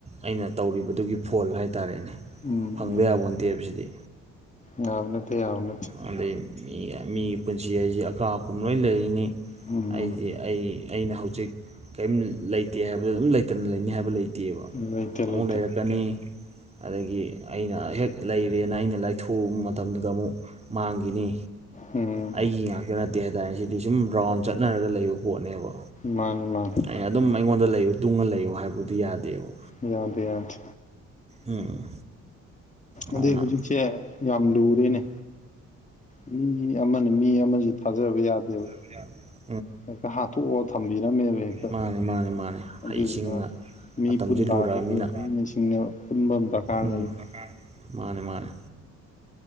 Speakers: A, on the right (about 20°); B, on the left (about 25°).
A: ꯑꯩꯅ ꯇꯧꯔꯤꯕꯗꯨꯒꯤ ꯐꯣꯜ ꯍꯥꯏꯇꯥꯥꯔꯦꯅꯦ
B: ꯎꯝ
A: ꯐꯪꯗ
B: ꯎꯝ.
A: ꯌꯥꯄꯣꯟꯇꯦꯕ ꯁꯤꯗꯤ
B: ꯌꯥꯕ ꯅꯠꯇꯦ ꯌꯥꯕ ꯅꯠꯇꯦ
A: ꯑꯗꯩ ꯃꯤ ꯃꯤꯒꯤ ꯄꯨꯟꯁꯤ ꯍꯥꯏꯖꯤ ꯑꯀꯥ ꯑꯀꯨꯝ ꯂꯣꯏ ꯂꯩꯔꯤꯅꯤ
B: ꯎꯝ
A: ꯍꯥꯏꯗꯤ ꯑꯩꯒꯤ ꯑꯩꯅ ꯍꯧꯖꯤꯛ ꯀꯩꯝ ꯂꯩꯇꯦ ꯍꯥꯏꯕꯗ ꯑꯗꯨꯝ ꯂꯩꯇꯅ ꯂꯩꯅꯤ ꯍꯥꯏꯕ ꯂꯩ ꯇꯦꯕ
B: ꯂꯩꯇꯦ
A: ꯑꯃꯨꯛ‌
B: ꯂꯩꯇꯦ
A: ꯂꯩꯔꯛ ꯀꯅꯤ ꯑꯗꯒꯤ ꯑꯩꯅ ꯍꯦꯛ ꯂꯩꯔꯦꯅ ꯑꯩꯅ ꯂꯥꯏꯊꯣꯛꯎꯕ ꯃꯇꯝꯗꯨꯗ ꯑꯃꯨꯛ ꯃꯥꯡꯒꯤꯅꯤ
B: ꯎꯝ
A: ꯑꯩꯒꯤ ꯉꯥꯛꯇ ꯅꯠꯇꯦ ꯍꯥꯏꯇꯥꯔꯦ ꯁꯤꯗꯤ ꯁꯨꯝ ꯔꯥꯎꯟ ꯆꯠꯅꯔꯒ ꯂꯩꯕ ꯄꯣꯠꯅꯦꯕ
B: ꯃꯥꯟꯅꯦ ꯃꯥꯟꯅꯦ
A: ꯑꯩ ꯑꯗꯨꯝ ꯑꯩꯉꯣꯟꯗ ꯂꯩꯌꯨ ꯇꯨꯡꯉ ꯂꯩꯌꯨ ꯍꯥꯏꯕꯗꯨ ꯌꯥꯗꯦꯕ
B: ꯌꯥꯗꯦ ꯌꯥꯗꯦ
A: ꯎꯝ ꯑꯗꯨꯅ
B: ꯑꯗꯩ ꯍꯧꯖꯤꯛꯁꯦ ꯌꯥꯝ ꯂꯨꯔꯦꯅꯦ ꯎꯝ ꯃꯤ ꯑꯃꯅ ꯃꯤ ꯑꯃꯁꯦ ꯊꯥꯖꯕ ꯌꯥꯗꯦꯕ
A: <unintelligible>
B: ꯍꯦꯛꯇ ꯍꯥꯠꯇꯣꯛꯑ ꯊꯝꯕꯤꯔꯝꯃꯦꯕ ꯍꯦꯛꯇ
A: ꯃꯥꯅꯤ ꯃꯥꯅꯤ ꯃꯥꯅꯤ
B: ꯑꯗꯨꯗꯨꯅ
A: ꯍꯩꯁꯤꯡꯅ
B: ꯃꯤ
A: ꯃꯇꯝꯁꯦ
B: ꯄꯨꯟ ꯇꯥꯔꯒꯁꯨ
A: ꯂꯨꯔꯛꯑꯃꯤꯅ
B: ꯍꯩꯅ ꯁꯤꯡꯅ ꯄꯨꯟꯕ ꯑꯃ ꯗꯔꯀꯥꯔ
A: ꯎꯝ
B: ꯂꯩꯌꯦꯕ
A: ꯃꯥꯅꯦ ꯃꯥꯅꯦ